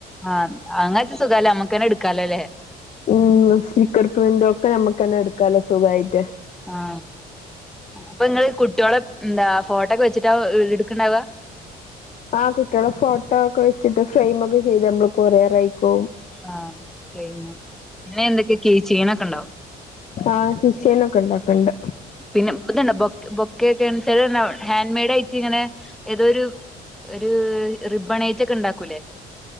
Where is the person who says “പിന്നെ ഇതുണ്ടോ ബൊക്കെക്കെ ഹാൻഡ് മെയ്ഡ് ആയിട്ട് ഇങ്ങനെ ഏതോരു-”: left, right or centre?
Centre